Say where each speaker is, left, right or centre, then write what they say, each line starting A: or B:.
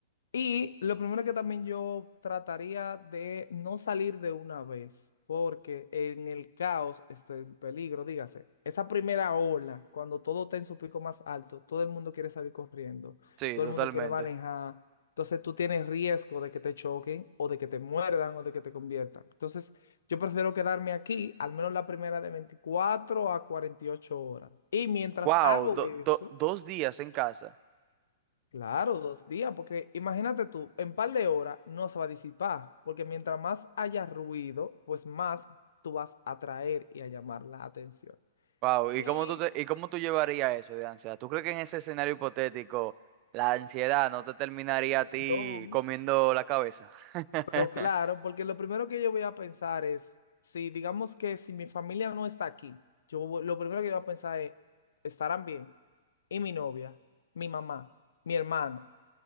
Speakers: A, on the left; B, on the right.
A: Y lo primero que también yo trataría de no salir de una vez, porque en el caos está el peligro, dígase. Esa primera ola, cuando todo está en su pico más alto, todo el mundo quiere salir corriendo,
B: sí,
A: todo
B: totalmente.
A: el mundo quiere manejar. Entonces tú tienes riesgo de que te choquen o de que te muerdan o de que te conviertan. Entonces yo prefiero quedarme aquí, al menos la primera de 24 a 48 horas. Y mientras
B: Wow,
A: hago
B: do-
A: eso...
B: do- dos días en casa.
A: Claro, dos días, porque imagínate tú, en par de horas no se va a disipar, porque mientras más haya ruido, pues más tú vas a atraer y a llamar la atención.
B: Wow, ¿y
A: Y
B: cómo tú te- y cómo tú llevarías eso de ansiedad? ¿Tú crees que en ese escenario hipotético la ansiedad no te terminaría a ti
A: no,
B: comiendo la cabeza? <laughs>
A: pero claro, porque lo primero que yo voy a pensar es, si digamos que si mi familia no está aquí, yo voy- lo primero que yo voy a pensar es, ¿estarán bien? Y mi novia, mi mamá, mi hermano.